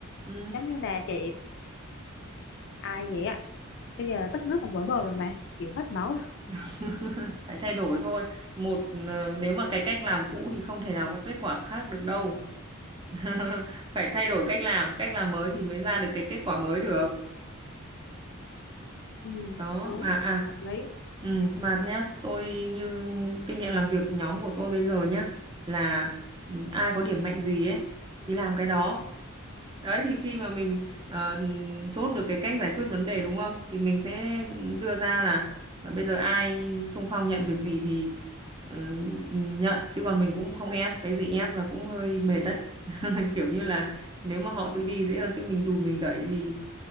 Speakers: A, on the right; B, on the left.
A: ừ
B: giống như là chị KPI vậy á bây giờ tất nước còn vỡ bờ rồi mà chịu hết nổi rồi
A: <laughs> phải thay đổi thôi một ờ, nếu mà cái cách làm cũ thì không thể nào có kết quả khác được đâu <laughs> phải thay đổi cách làm cách làm mới thì mới ra được cái kết quả mới được
B: ừ
A: đó
B: đúng
A: mà à
B: hợp lý
A: ừ, mà nhá tôi như kinh nghiệm làm việc nhóm của tôi bây giờ nhá là ừ, ai có điểm mạnh gì ấy thì làm cái đó đấy thì khi mà mình ờ, chốt được cái cách giải quyết vấn đề đúng không thì mình sẽ đưa ra là ờ, bây giờ ai xung phong nhận việc gì thì ừ, ừ, nhận chứ còn mình cũng không ép cái gì ép là cũng hơi mệt đấy <laughs> kiểu như là nếu mà họ tự đi dễ hơn chứ mình đùn mình đẩy thì